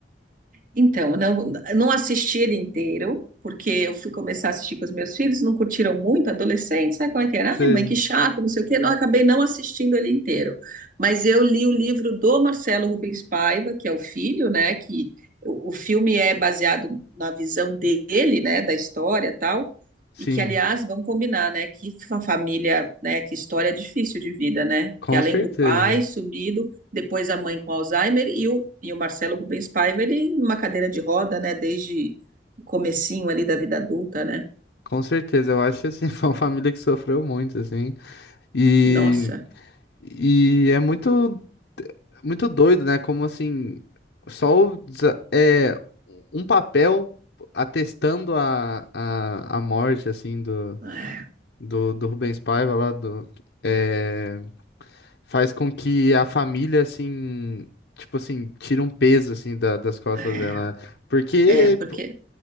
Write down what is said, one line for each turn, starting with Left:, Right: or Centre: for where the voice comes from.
Right: Então, eu não, eu não assisti ele inteiro, porque eu fui começar a assistir com os meus filhos, não curtiram muito, adolescentes, sabe como é que era?
Left: Você,
Right: Ai, mãe, que chato, não sei o quê. Não, eu acabei não assistindo ele inteiro. Mas eu li o livro do Marcelo Rubens Paiva, que é o filho, né? Que o, o filme é baseado na visão dele, né? Da história e tal.
Left: sim,
Right: E que, aliás, vamos combinar, né? Que fa- família, né? Que história difícil de vida, né?
Left: com
Right: Porque além
Left: certeza.
Right: do pai sumido, depois a mãe com Alzheimer e o, e o Marcelo Rubens Paiva, ele numa cadeira de roda, né, desde o comecinho ali da vida adulta, né?
Left: Com certeza, eu acho assim, <laughs> foi uma família que sofreu muito, assim. E,
Right: Nossa,
Left: e é muito. muito doido, né? Como assim, só o desa- é, um papel atestando a, a, a morte, assim, do,
Right: é,
Left: do, do Rubens Paiva lá, do, é, faz com que a família, assim, tipo assim, tire um peso, assim, da- das costas
Right: é,
Left: dela. Porque
Right: é, porque